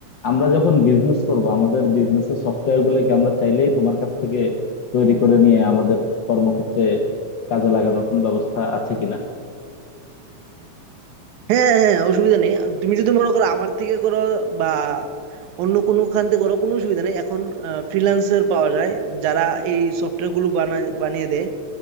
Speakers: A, on the left; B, on the right.
A: আমরা যখন বিজনেস করব আমাদের বিজনেসের সফটওয়্যার গুলোকে আমরা চাইলেই তোমার কাছ থেকে তৈরি করে নিয়ে আমাদের কর্মক্ষেত্রে কাজে লাগানোর কোনো ব্যবস্থা আছে কিনা
B: হ্যাঁ হ্যাঁ অসুবিধা নেই আর তুমি যদি মনে করো আমার থেকে করো বা অন্য কোনো খান থেকে করো কোনো অসুবিধা নেই এখন ফ্রিল্যান্সার পাওয়া যায় যারা এই সফটওয়্যার গুলো বানায় বানিয়ে দেয়